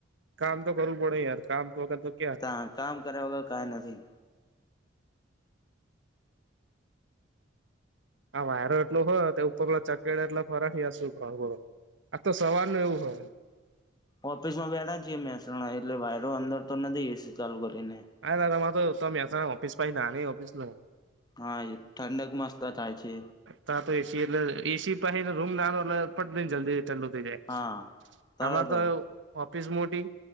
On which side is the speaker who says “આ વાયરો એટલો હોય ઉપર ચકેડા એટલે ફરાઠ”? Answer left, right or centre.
Right